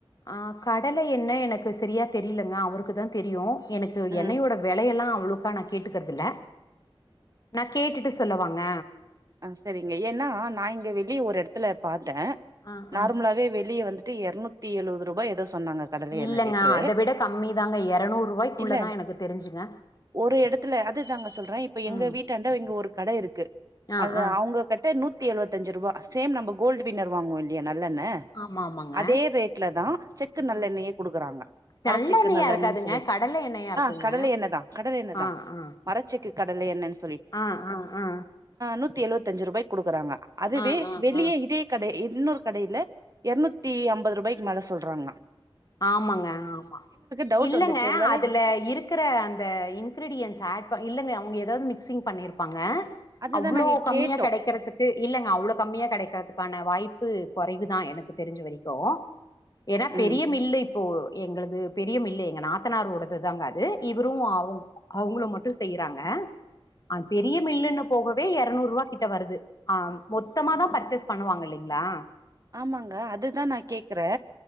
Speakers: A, on the left; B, on the right.
A: ஆஹ் கடல எண்ணெ எனக்கு செரியா தெரியலங்க அவருக்கு தா தெரியு எனக்கு
B: ம்
A: எண்ணெயோட வெலையெல்லா அவ்ளுக்கா நா கேட்டுக்கறதில்ல நா கேட்டுட்டு சொ சொல்லவாங்க
B: அ சரிங்க ஏன்னா நா இங்க வெளிய ஒரு எடத்துல பாத்தே
A: ஆ
B: நார்மலாவே
A: ஆ
B: வெளிய வந்து எரணூத்தி எழுவது ரூபா ஏதோ சொன்னாங்க கடலை
A: இல்லங்க
B: எண்ணெ லிட்ரு
A: அத விட கம்மி தாங்க எரநூறு ரூவாய்க்குள்ளதா
B: இல்ல
A: எனக்கு தெரிஞ்சுங்க
B: ஒரு எடத்துல அதுதாங்க சொல்றே இப்ப எங்க
A: ம்
B: வீட்டாண்ட இங்க ஒரு கடை இருக்கு
A: ஆ
B: அதா
A: ஆ
B: அவங்க கட்ட நூத்தி எழுவத்தஞ்சு ருவா சேம் நம்ப கோல்டு வின்னர் வாங்வோ இல்லியா நல்லெண்ண
A: ஆமா ஆமாங்க
B: அதே ரேட்லதா செக்கு நல்லெண்ணய
A: ஆ
B: குடுக்கறாங்க மரச்செக்கு
A: நல்லெண்ணெயா
B: நல்லெண்ணணு
A: இருக்காதுங்க
B: சொல்லிட்டு
A: கடல எண்ணெயா இருக்குங்க
B: ஆ கடல எண்ணெதா கடலெண்ணதா
A: ஆ ஆ
B: மரச்செக்கு கடலை எண்ணென்
A: ஆ ஆ ஆ
B: நூத்தி எழுவத்தஞ்சு ருபாய்க்கு குடுக்குறாங்க அதுவே
A: ஆ ஆ
B: வெளியே
A: ஆ
B: இதே கடை இன்னொரு கடைல எரநூத்தி அம்பதுருபாய்க் மேல சொல்றாங்களா
A: ஆமாங்க ஆமா
B: டவுட்
A: இல்லங்க
B: வந்துருச்சு ஒரு வேளை
A: அதுல இருக்கற அந்த இன்கிரிடியன்ஸ் ஆட் ப இல்லங்க அவுங்க எதாவுது மிக்சிங் பண்ணிருப்பாங்க
B: அதுதா
A: அவ்ளோ
B: நாங்க
A: கம்மியா
B: கேட்டோ
A: கெடைக்கிறதுக்கு இல்லங்க அவ்ள கம்மியா கெடைக்கிறதுக்கான வாய்ப் ப்பு கொறைவுதா எனக்கு தெரிஞ்சு வரைக்கு ஏன்னா பெ
B: ம்
A: மில்லு இப்போ எங்களது பெரிய மில்லு எங்க நாத்தனாரோடதுதாங்க அது இவரும் அவுங் அவுங்களு மட்டும் செய்றாங்க அ பெரிய மில்லுனு போகவே எரணூருவாகிட்ட வருது ஆ மொத்தமாதா பர்ச்சேஸ் பண்ணுவாங்க இல்லைங்களா
B: ஆமாங்க அதுதா நா கேக்குறே